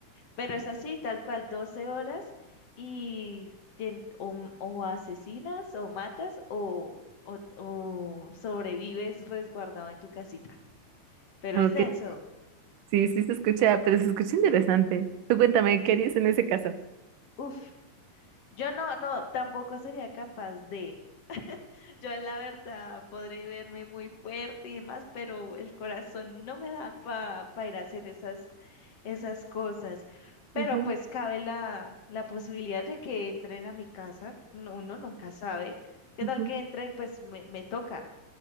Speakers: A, on the left; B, on the right.
A: pero es así, tal cual, Doce horas y tien- o, m- o asesinas o matas o, o, o sobrevives resguardado en tu casita, pero
B: Ah,
A: es
B: Ok,
A: denso.
B: sí, sí se escucha, pero se escucha interesante. Tú cuéntame, ¿qué harías en ese caso?
A: Uf, yo no, no, tampoco sería capaz de... Yo la verdad podré verme muy fuerte y demás, pero el corazón no me da para ir a hacer esas, esas cosas. Pero
B: Ujú,
A: pues cabe la, la posibilidad de que entren a mi casa. no- Uno nunca sabe. ¿Qué
B: ujú.
A: tal que entren? Pues me, me toca,